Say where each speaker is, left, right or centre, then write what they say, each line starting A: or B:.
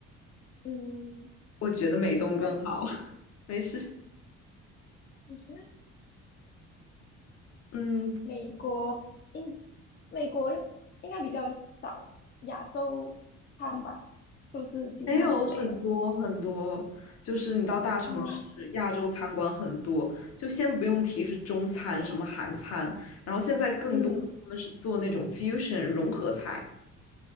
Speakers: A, on the left; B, on the left.
A: <laughs> 嗯，
B: 我觉得美东更好。
A: 那。
B: <laughs> 没事，
A: 嗯
B: 嗯，
A: 美国应美国应该比较少亚洲餐吧，都是西餐之类的。
B: 没有很多很多，就是你到大城市，
A: 哦，
B: 亚洲餐馆很多，就先不用提是中餐什么韩餐，然后现在更多他们是做那种
A: 嗯，
B: fusion 融合菜。